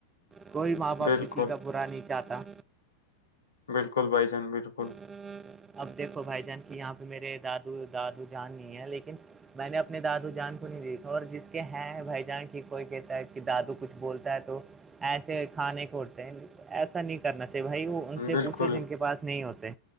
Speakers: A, on the right (about 20°); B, on the left (about 65°).
A: کوئی ماں
B: بالکل
A: باپ کسی کا با نہیں چاہتا
B: بالکل بائی جان بالکل
A: ہ اب دیکھو بھائی جان کی یہاں پہ میرے دادو دادو جان نہیں ہے لیکن میں نے اپنے دادو جان کو نہیں دیکھا اور جس کے ہیں بھائی جان کی کوئی کہتا ہے کہ دادو کچھ بولتا ہے تو ایسے کھانے کوھتے ہیں ایسا نہیں کرنا چاہیے بھائی وہ ان سے
B: بالکل
A: پوچھو جن کے پاس نہیں ہوتے